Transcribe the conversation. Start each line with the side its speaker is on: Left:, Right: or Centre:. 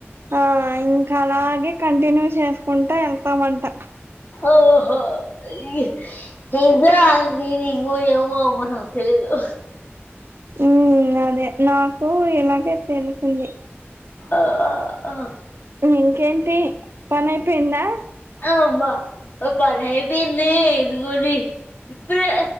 Right: ఆ ఇంకా అలాగే కంటిన్యూ చేసుకుంటా ఎల్తామంటా
Left: ఓహో ఇయ్ ఇదా నేను ఇంకా ఏమో అమ్మ నాక్ తెలీదు
Right: అ ఉమ్ అదే నాకు ఇలాగే తెలిసింది
Left: ఆ ఆ
Right: ఇంకేంటి పని అయిపోయిందా
Left: అమ్మ ఓ పనైపోయింది ఇంగోడి ఇప్పుడే